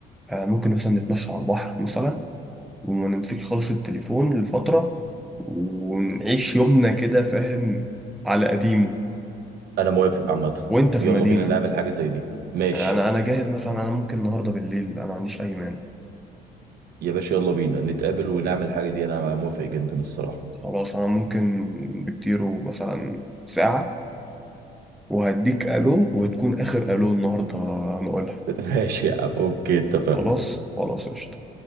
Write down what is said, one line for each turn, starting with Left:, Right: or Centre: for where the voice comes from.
Centre: آه، ممكن مثلا نتمشى على البحر مثلا وما نمسكش خالص التليفون لفترة ونعيش يومنا كده فاهم على قديمه
Right: انا موافق عامه
Centre: وانت في
Right: يلا
Centre: المدينة
Right: بينا نعمل حاجه زي دي ماشي
Centre: يعني انا انا جاهز مثلا انا ممكن النهاردة بالليل انا ما عنديش اي مانع
Right: يا باشا يلا بينا نتقابل ونعمل الحاجة دي أنا موافق جدا الصراحة
Centre: خلاص انا ممكن بكتيره مثلا ساعة وهديك الو وتكون اخر الو النهاردة نقولها
Right: <laughs> ماشي يا عم أوكي اتفقنا
Centre: خلاص خلاص قشطة